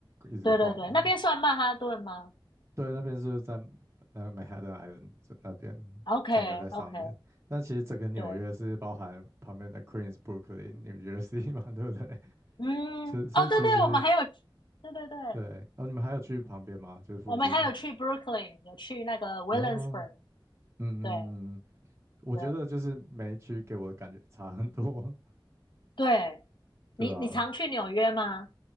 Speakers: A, on the right (about 30°); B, on the left (about 65°).
A: 一直晃的呢。
B: 对对对，那边算曼哈顿吗
A: 对，那边是在呃 Manhattan i 那边，
B: ？OK
A: 整个在上面。
B: OK，
A: 但其实整个纽约是包含旁边的
B: 对，
A: Queens、Brooklyn、New Jersey 嘛，<laughs> 对不对？
B: 嗯，
A: <laughs> 所以所以其实。
B: 哦对对，我们还有，对对对，
A: 对，然后你们还有去旁边吗？就是附近的
B: 我们还有去 Brooklyn，有去那个 Williamsburg。
A: 啊，嗯嗯嗯，
B: 对
A: 嗯我觉得就是每一区给我的感觉差很多，
B: 对对，
A: <laughs> 对啊，
B: 你你常去纽约吗？